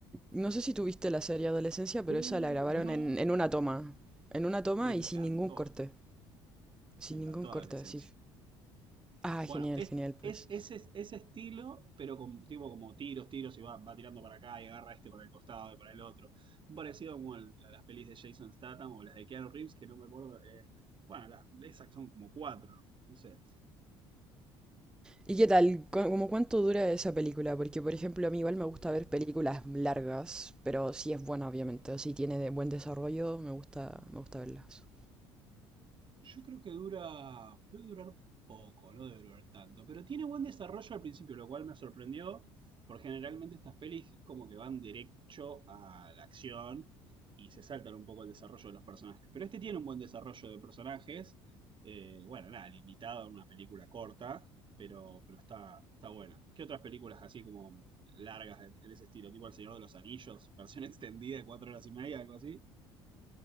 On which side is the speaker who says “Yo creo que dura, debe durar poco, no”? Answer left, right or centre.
Right